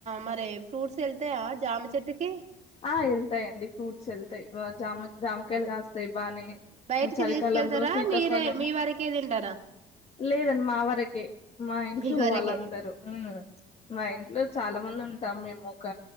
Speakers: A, on the right; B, on the left.
A: మరి ఫ్రూట్స్ ఎళ్తాయా జామి చెట్టు కి
B: ఆ ఎళ్తాయండి ఫ్రూట్స్ ఎళ్తాయి జామ జామకాయలు కాస్తాయి బానే
A: బయటికి
B: ఆ, చలికాలంలో
A: తీసుకెళ్తారా
B: సీతాఫలం
A: మీరే మీ వరకే తింటారా
B: లేదండి మా వరకే మా ఇంట్లో
A: మీ వరకే
B: వాళ్ళందరూ మ్ మా ఇంట్లో చాలా మంది ఉంటాము మేమొక